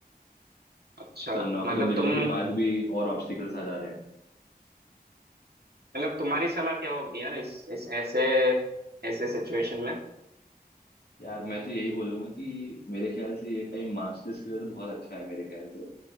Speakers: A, on the right; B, on the left.
A: अच्छा
B: तो नौकरी
A: मतलब
B: मिलने
A: तुम
B: के बाद भी और ऑब्स्टिकल्स आ जा रहे हैं
A: मतलब तुम्हारी सलाह क्या होगी यार इस इस ऐसे ऐसे सिचुएशन में
B: यार मैं तो यही बोलूंगा कि मेरे ख्याल से ये टाइम मास्टर्स के लिए तो बहुत अच्छा है मेरे ख्याल से